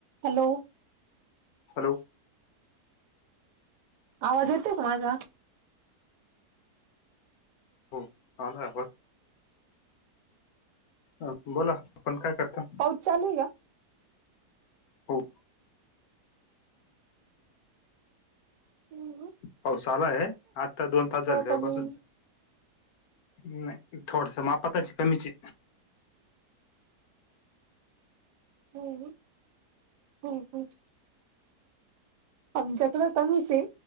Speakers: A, on the right; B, on the left.
A: Hello.
B: Hello.
A: आवाज येतोय का माझा.
B: हो ला <unintelligible> हा बोला आपण काय करता
A: पाऊच चालू हाय का
B: हो
A: हम्
B: पाऊस आलाय आत्ता दोन तास झाले तेव्हापासूनच
A: कमी
B: नाही थोडस मापताची कमीचे
A: हम् हम्म् आमच्याकड कमीच आहे